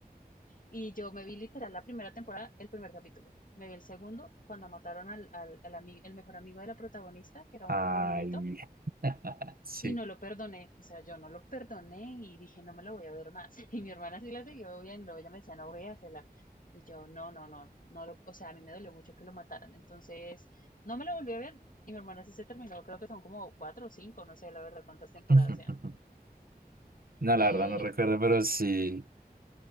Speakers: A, on the left; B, on the right.
A: y yo me vi literal la primera temporada, el primer capítulo. Me vi el segundo cuando mataron al, al, al ami- el mejor amigo de la protagonista, que era
B: Ay,
A: uno morenito.
B: <laughs> sí.
A: Y no lo perdoné, o sea, yo no lo perdoné y dije, no me lo voy a ver más. <laughs> Y mi hermana sí la siguió viendo, ella me decía, no véasela. Y yo, no, no, no, no lo, o sea, a mí me dolió mucho que lo mataran. Entonces, no me lo volví a ver y mi hermana sí se terminó, creo que son como cuatro o cinco, no sé la verdad cuántas temporadas
B: <laughs>
A: sean.
B: No,
A: Eh,
B: la verdad no recuerdo, pero sí,